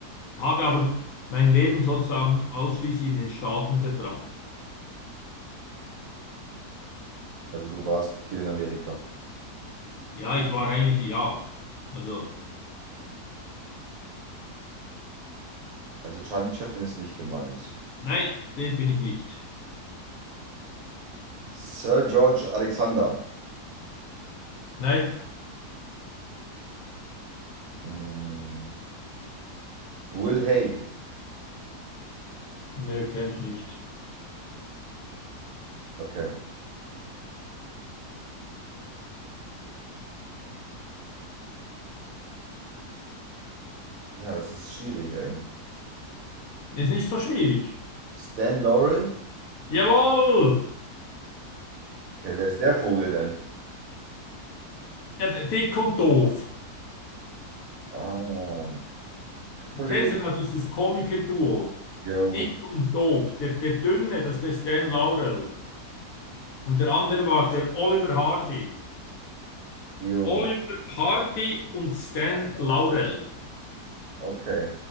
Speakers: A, on the left; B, on the right.
A: Habe aber mein Leben sozusagen ausschließlich in den Staaten verbracht.
B: Also du warst viel in Amerika.
A: Ja, ich war eigentlich, ja. Also,
B: Also Charlie Chaplin ist nicht gemeint.
A: nein, den bin ich nicht.
B: Sir George Alexander.
A: Nein,
B: Mm, Will Hay.
A: nö, kenne ich nicht.
B: Okay. Ja, das ist schwierig, ey.
A: Ist nicht so schwierig.
B: Stan Laurel.
A: Jawohl!
B: Okay, wer ist der Vogel denn?
A: Ja, d- dick und doof.
B: Ah, Kollege.
A: Kennst du da dieses Komiker-Duo?
B: Jo,
A: Dick und Doof. Der, der Dünne, das ist der Stan Laurel. Und der andere war der Oliver Hardy.
B: jo.
A: Oliver Hardy und Stan Laurel.
B: Okay.